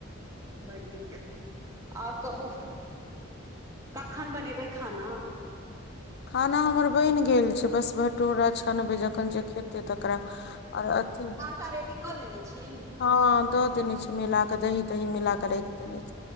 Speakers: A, on the right; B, on the left.
A: बड़ नीक ओर कहू कखन बनेबे खाना?
B: खाना हमर बनि गेल छै बस भटोरा छनबे जखन जे खेती। खेते तकरा ओर अथी
A: टा रेडी कऽ लेने छि
B: ह दऽ देने छी मिला के दही दही मिलाक राख देने छी